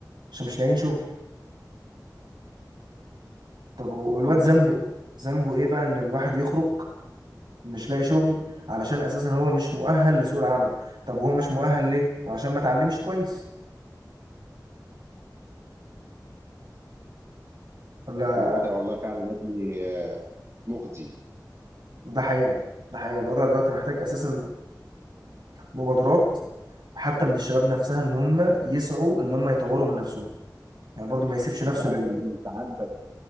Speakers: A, on the right; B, on the right.
A: عشان مش لاقيين شغل طب و- والواد
B: للاسف
A: ذنبه ذنبه ايه بقى ان الواحد يخرج مش لاقي شغل علشان اساسا هو مش مؤهل لسوق العمل طب وهو مش مؤهل ليه وعشان ما اتعلمش كويس ولا
B: هو الوضع والله فعلا يا ابني آه، مخزي
A: ده حقيقه ده حقيقه الوضع دلوقتي محتاج اساسا مبادرات حتى من الشباب نفسها ان هم يسعوا ان هم يطوروا من نفسهم يعني برضو ما يسيبش نفسه
B: انت عارف
A: لل
B: يا ابني انت عندك